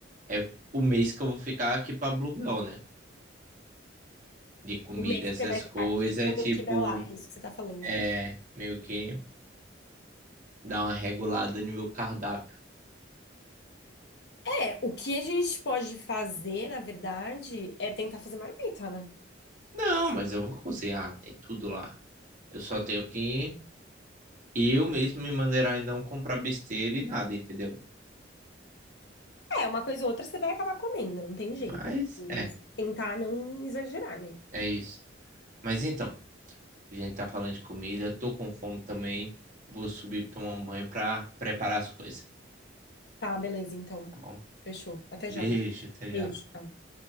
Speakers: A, on the right; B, on the left.
A: é o mês que eu vou ficar aqui pra Bluebell, né? de comida,
B: o mês que
A: essas
B: você vai ficar
A: coisas,
B: aqui quando
A: tipo,
B: eu estiver lá, é isso que você tá falando.
A: é, meio que dar uma regulada no meu cardápio.
B: É, o que a gente pode fazer, na verdade, é tentar fazer marmita, né?
A: Não, mas eu vou cozinhar, tem tudo lá. Eu só tenho que eu mesmo me maneirar e não comprar besteira e nada, entendeu?
B: É, uma coisa ou outra você vai acabar comendo, não tem jeito.
A: Mas
B: Mas
A: é,
B: tentar não exagerar, né?
A: é isso. Mas então, a gente tá falando de comida, tô com fome também. Vou subir pra tomar um banho pra preparar as coisas,
B: Tá, beleza, então.
A: tá bom?
B: Fechou. Até
A: Beijo,
B: já.
A: até já.
B: Beijo. tchau.